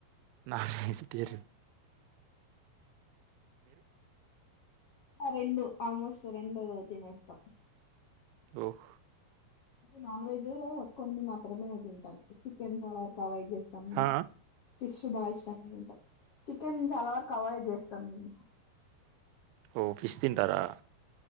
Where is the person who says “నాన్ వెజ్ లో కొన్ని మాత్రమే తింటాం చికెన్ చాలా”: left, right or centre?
Left